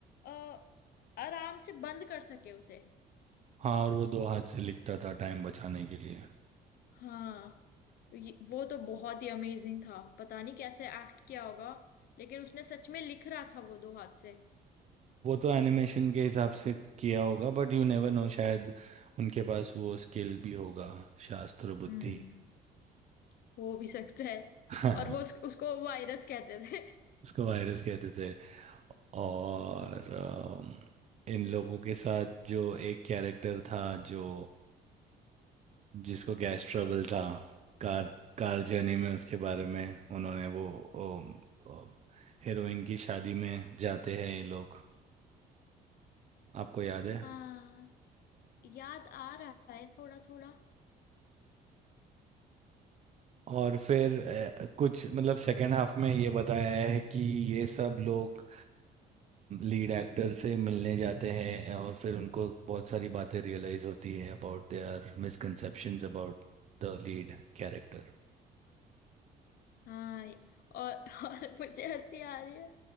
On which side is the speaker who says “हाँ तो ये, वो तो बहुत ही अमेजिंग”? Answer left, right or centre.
Left